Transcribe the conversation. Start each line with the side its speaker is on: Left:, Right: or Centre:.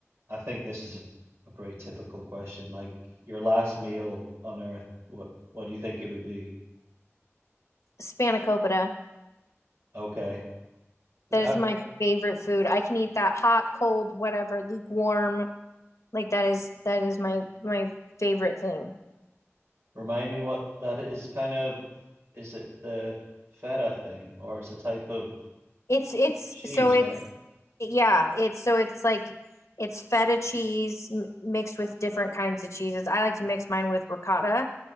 Right: I think this is a, a pretty typical question. Like your last meal on Earth, what what do you think it would be?
Left: Spanakopita.
Right: Okay. Th-
Left: That
Right: I've,
Left: is my favorite food. I can eat that hot, cold, whatever, lukewarm. Like that is that is my my favorite thing.
Right: remind me what that is kind of, is it the feta thing or it's a type of
Left: It's it's
Right: cheese,
Left: so it's
Right: right?
Left: yeah, it's so it's like it's feta cheese m- mixed with different kinds of cheeses. I like to mix mine with ricotta